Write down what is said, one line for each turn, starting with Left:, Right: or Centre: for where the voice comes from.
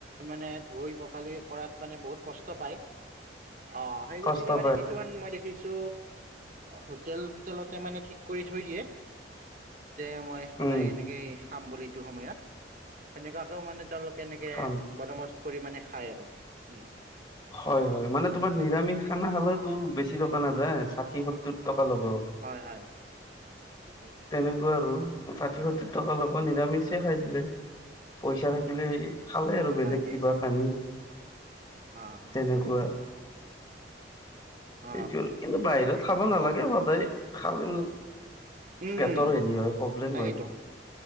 Right: মানে ধুই পখালি কৰাত মানে বহুত কষ্ট পায়। অ সেই
Left: কষ্ট
Right: গতিকে মানে
Left: পায়
Right: কি কিছুমান মই দেখিছো হোটেল-হোটেলতে মানে ঠিক কৰি থৈ দিয়ে। তে মই সদায়
Left: উম
Right: এনেকে খাম বুলি এইটো সময়ত সেনেকুৱাকেও মানে তেওঁলোকে এনেকে
Left: কাম
Right: বদমস কৰি মানে খাই আৰু উম।
Left: হয় হয় মানে তোমাৰ নিৰামিষ খানা খালেওতো বেছি টকা নাযায় ষাঠি সত্তৰ টকা ল'ব।
Right: হয় হয় হয়
Left: তেনেকোৱা আৰু ষাঠি সত্তৰ টকা অলপমান নিৰামিষে খাই দিলে পইচা থাকিলেই খালে আৰু বেলেগ
Right: হয়
Left: কিবা কানি
Right: অ
Left: তেনেকোৱা
Right: অ
Left: সেইটো আৰু কিন্তু বাহিৰত খাব নালাগে
Right: হয় হয়
Left: সদায় খাবলে ম
Right: উম
Left: পেটৰ হেৰি হয় প্ৰব্লেম
Right: তাকেইতো
Left: হয় কিন্তু।